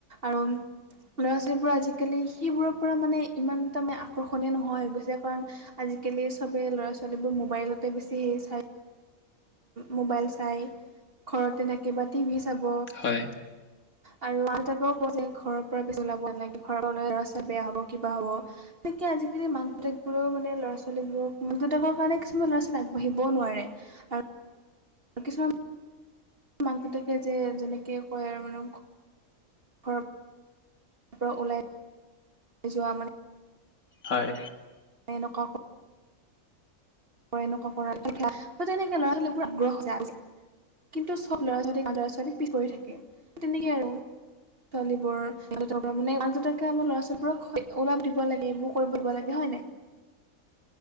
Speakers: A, on the right; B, on the left.
A: আৰুম ল'ৰা ছোৱালীবোৰ আজিকালি সেইবোৰৰ পৰা মানে ইমান তাৰমানে আকৰ্ষণীয় নোহোৱা হৈ গৈছে কাৰণ আজিকালি চবে ল'ৰা ছোৱালীবোৰ মোবাইলতে বেছি হেৰি চাই ম'বাইল চাই ঘৰতে থাকি বা টিভি চাব
B: হয়
A: আৰু মাক দেউতাকেও ক'ব যে ঘৰৰ পৰা বেছি ওলাব নালাগে ঘৰৰ লৰা ছোৱালী বেয়া হ'ব কিবা হ'ব বিশেষকে আজিকালি মাক দেউতাকৰো মানে ল'ৰা ছোৱালীবোৰক মাক দেউতাকৰ কাৰণে কিছুমান ল'ৰা ছোৱালী আগবাঢ়িবও নোৱাৰে।
B: <inaudible>
A: আৰু কিছুমান <unintelligible> কিছুমান মাক দেউতাকে যে যেনেকে কয় আৰু মানে ঘৰত পৰা ওলাই যোৱা মানে
B: হয়।
A: এনেকুৱা কৰে এনেকুৱা কৰে ত <unintelligible> তেনেকে ল'ৰা ছোৱালীবোৰ আগ্ৰহ যাৰ আছে কিন্তু চব ল'ৰা ছোৱালী ল'ৰা ছোৱালী পিছ পৰি থাকে তেনেকেই আৰু। ছোৱালীবোৰ সিহঁত <unintelligible> মানে মাক দেউতাকে ল'ৰা ছোৱালীবোৰক ওলাব দিব লাগে এইবোৰ কৰিব দিব লাগে হয় নাই।